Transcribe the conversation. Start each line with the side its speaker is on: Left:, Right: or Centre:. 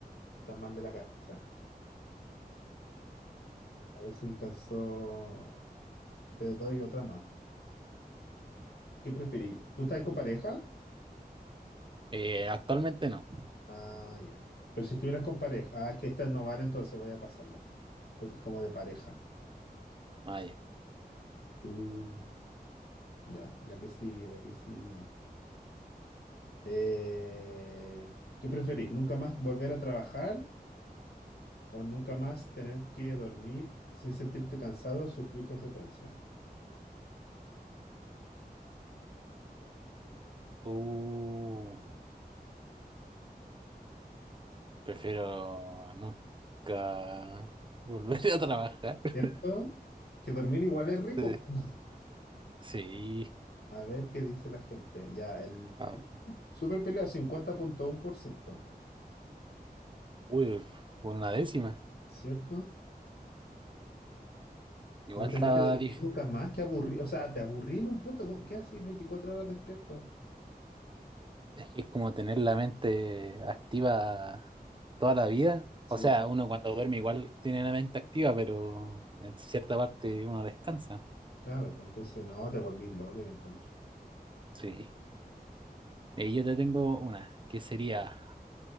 Left: está mal de la cabeza. A ver si alcanzó. Te doy otra más. ¿Qué preferís? ¿Tú estás con pareja?
Right: Eh, actualmente no.
Left: Ah, ya. Pero si estuvieras con pareja. Ah, es que esta no vale, entonces voy a pasarla. Porque es como de pareja.
Right: Vaya.
Left: Uh, ya, la que sigue, la que sigue. Eh, ¿qué preferís? ¿Nunca más volver a trabajar? o nunca más tener que dormir sin sentirte cansado o sufrir consecuencias.
Right: Uh, prefiero nunca volver a trabajar. <laughs>
Left: ¿Cierto? Que dormir igual es rico.
Right: Sí.
Left: po. <laughs>
Right: Sí.
Left: A ver qué dice la gente. Ya, el
Right: Ah,
Left: super pelea cincuenta punto uno por ciento,
Right: uy, por una décima.
Left: ¿Cierto?
Right: Igual
Left: No tener
Right: está,
Left: que dormir
Right: dif-
Left: nunca más, que aburrir. O sea, te aburrí en un punto. ¿cómo- ¿Qué haces 24 horas despierto?
Right: Es que es como tener la mente activa toda la vida.
Left: Sí,
Right: O sea, uno cuando duerme igual tiene la mente activa, pero en cierta parte uno descansa.
Left: claro, pues entonces no, te volvís loco, yo encuentro.
Right: Sí. Y yo te tengo una, que sería